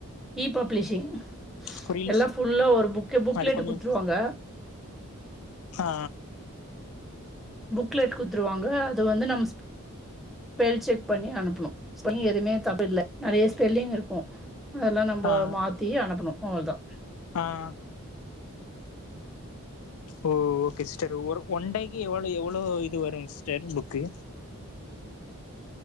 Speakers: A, in the centre; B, on the left (about 70°).
A: இ பப்ளிஷிங்
B: புரியல
A: எல்லா
B: சிஸ்
A: ஃபுல்லா ஒரு புக்கு புக்லேட்
B: அது கொஞ்சோ
A: குடுத்துருவாங்க
B: ஆ
A: புக்லெட் குத்துருவாங்க அது வந்து நம் ஸ் பெல் செக் பண்ணி அனுப்புணு ஸ்பெல் எதுவுமே தப்பில்ல நறைய ஸ்பெல்லிங் இருக்கு அதெல்லா நம்ம
B: ஆ
A: மாத்தி அனுப்பணு அவ்ளோதா
B: ஆ ஓ ஓகே சிஸ்டர் ஒன் டேக்கு எவ்ளோ எவ்ளோ இது வரு sister book